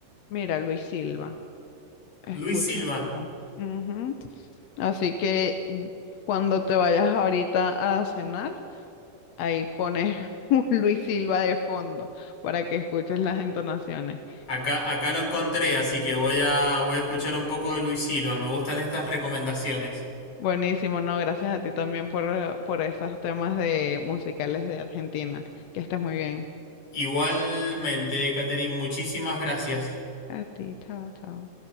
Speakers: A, on the left (about 70°); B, on the left (about 45°).
A: Mira, Luis Silva, escúchatelo.
B: Luis Silva.
A: Ujú. Así que mm, cuando te vayas ahorita a cenar, Ahí pones <laughs> un Luis Silva de fondo para que escuches las entonaciones.
B: Acá, acá lo encontré, así que voy a, voy a escuchar un poco de Luis Silva. Me gustan estas recomendaciones.
A: Buenísimo, no, gracias a ti también por, eh, por esos temas de musicales de Argentina. Que estés muy bien.
B: Igualmente, Catherine, muchísimas gracias.
A: A ti, chao, chao.